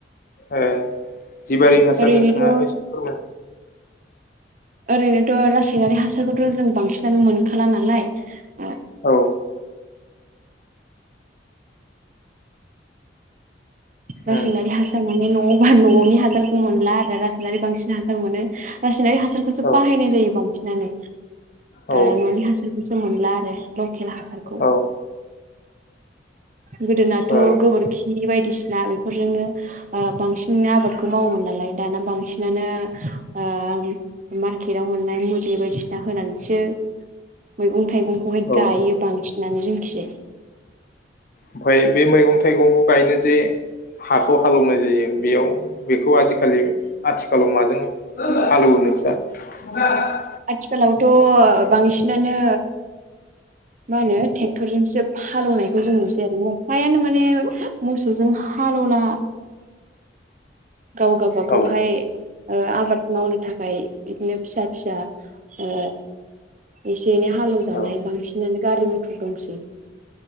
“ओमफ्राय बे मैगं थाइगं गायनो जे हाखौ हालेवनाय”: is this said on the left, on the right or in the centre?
Left